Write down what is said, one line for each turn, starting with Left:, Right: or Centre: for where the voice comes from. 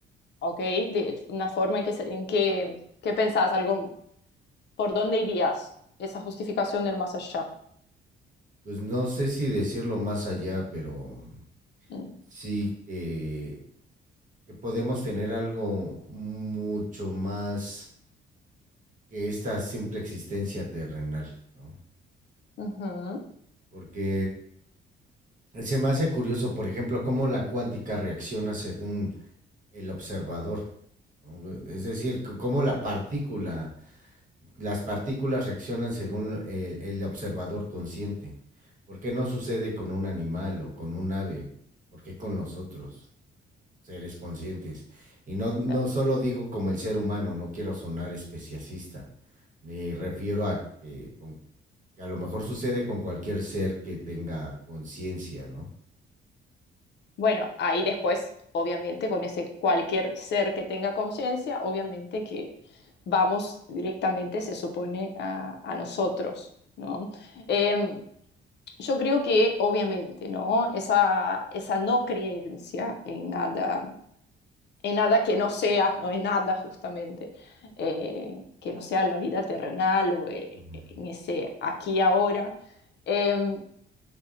Left: ok, de una forma en que, se- en que, ¿qué pensás? Algo, ¿por dónde irías? Esa justificación del más allá.
Right: pues no sé si decirlo más allá, pero
Left: Mm,
Right: sí que, que podemos tener algo mucho más que esta simple existencia terrenal, ¿no?
Left: ujú,
Right: Porque se me hace curioso, por ejemplo, cómo la cuántica reacciona según el observador. ¿no? Es decir, c- cómo la partícula, las partículas reaccionan según el, el observador consciente. ¿Por qué no sucede con un animal o con un ave? ¿Por qué con nosotros? seres conscientes. Y no, no
Left: claro.
Right: solo digo como el ser humano, no quiero sonar especiacista. Me refiero a que, con- que a lo mejor sucede con cualquier ser que tenga conciencia, ¿no?
Left: Bueno, ahí después, obviamente, con ese cualquier ser que tenga conciencia, obviamente que vamos directamente, se supone, a, a nosotros, ¿no? Eh, yo creo que, obviamente, ¿no? Esa, esa no creencia en nada, en nada que no sea, no en nada justamente, eh, que no sea la vida terrenal o eh,
Right: Ujú.
Left: en ese aquí y ahora, eh,